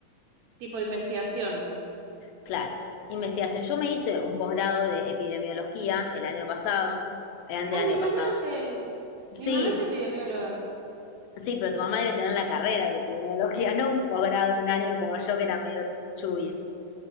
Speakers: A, on the right; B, on the left.
A: Tipo investigación.
B: Claro, investigación. Yo me hice un posgrado de epidemiología el año pasado, el anteaño
A: Ay, mi
B: pasado.
A: mamá se,
B: Sí,
A: mi mamá es epidemióloga.
B: sí, pero tu mamá debe tener la carrera de epidemiología, <laughs> no un posgrado de un año como yo que era medio chubis.